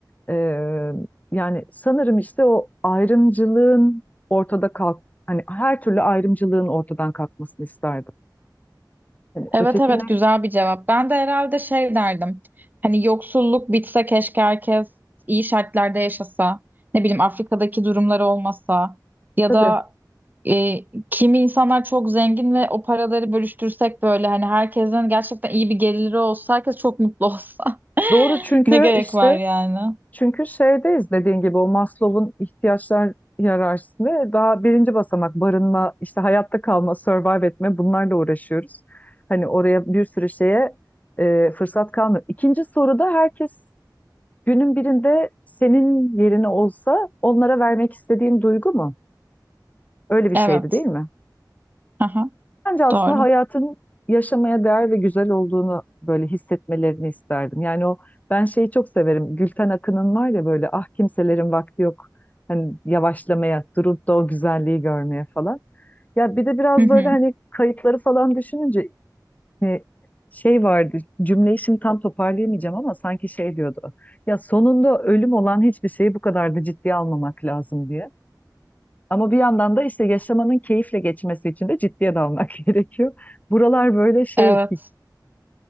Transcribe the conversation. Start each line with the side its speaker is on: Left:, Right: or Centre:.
Left: E, yani sanırım işte o ayrımcılığın ortada kalk, hani her türlü ayrımcılığın ortadan kalkmasını isterdim. Yani
Right: Evet
Left: öteki
Right: evet
Left: ne?
Right: güzel bir cevap. Ben de herhalde şey derdim. Hani yoksulluk bitse keşke herkes iyi şartlarda yaşasa. Ne bileyim Afrika'daki durumları olmasa. Ya
Left: Tabii.
Right: da e, kimi insanlar çok zengin ve o paraları bölüştürsek böyle hani herkesin gerçekten iyi bir geliri olsa herkes çok mutlu olsa
Left: Doğru
Right: <laughs>
Left: çünkü
Right: ne gerek
Left: işte
Right: var yani?
Left: çünkü şeydeyiz dediğin gibi o Maslow'un ihtiyaçlar hiyerarşisinde daha birinci basamak barınma, işte hayatta kalma, survive etme bunlarla uğraşıyoruz. Hani oraya bir sürü şeye e, fırsat kalmıyor. İkinci soruda herkes günün birinde senin yerine olsa onlara vermek istediğin duygu mu? Öyle bir
Right: Evet.
Left: şeydi değil mi?
Right: Aha,
Left: Bence aslında
Right: doğru.
Left: hayatın yaşamaya değer ve güzel olduğunu böyle hissetmelerini isterdim. Yani o ben şeyi çok severim. Gülten Akın'ın var ya böyle ah kimselerin vakti yok. Hani yavaşlamaya, durup da o güzelliği görmeye falan. Ya bir de biraz
Right: Hı hı.
Left: böyle hani kayıtları falan düşününce e, şey vardı. Cümleyi şimdi tam toparlayamayacağım ama sanki şey diyordu. Ya sonunda ölüm olan hiçbir şeyi bu kadar da ciddiye almamak lazım diye. Ama bir yandan da işte yaşamanın keyifle geçmesi için de ciddiye dalmak <laughs> gerekiyor. Buralar böyle şey
Right: Evet.